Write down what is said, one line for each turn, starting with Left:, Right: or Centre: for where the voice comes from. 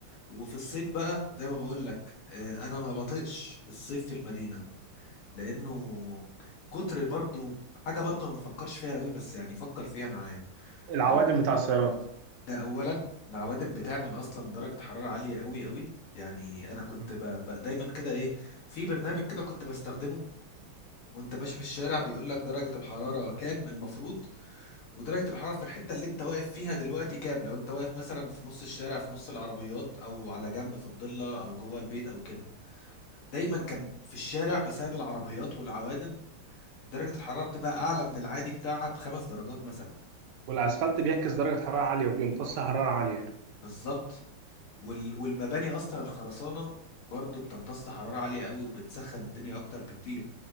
Left: وفي الصيف بقى زي ما بقول لك آه، انا ما بطيقش الصيف في المدينه لانه كتر برضو حاجه برضو ما بنفكرش فيها قوي بس يعني فكر فيها معايا
Right: العوادم
Left: كنت
Right: بتاع السيارات
Left: ده اولا العوادم بتعمل اصلا درجه حراره عاليه قوي قوي يعني انا كنت
Right: مم.
Left: ب... ب... دايما كده ايه في برنامج كده كنت بستخدمه وانت ماشي في الشارع بيقول لك درجة الحرارة كام المفروض ودرجة الحرارة في الحتة اللي انت واقف فيها دلوقتي كام لو انت واقف مثلا في نص الشارع في نص العربيات او على جنب في الضلة او جوه البيت او كده دايما كان في الشارع بسبب العربيات والعوادم درجة الحرارة بتبقى اعلى من العادي بتاعها بخمس درجات مثلا
Right: والاسفلت بيعكس درجة حرارة عالية وبيمتص حرارة عالية
Left: بالظبط وال... والمباني اصلا الخرسانة برضه بتمتص حرارة عالية قوي وبتسخن الدنيا اكتر بكتير